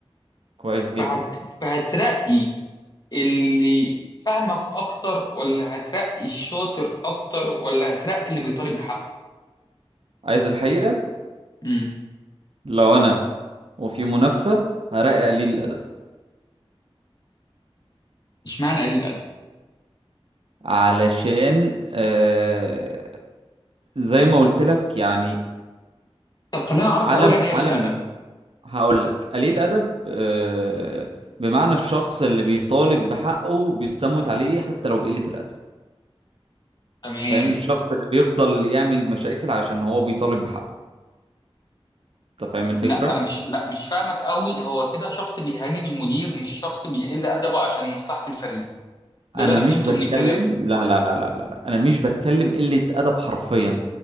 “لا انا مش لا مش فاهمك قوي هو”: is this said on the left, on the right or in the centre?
Left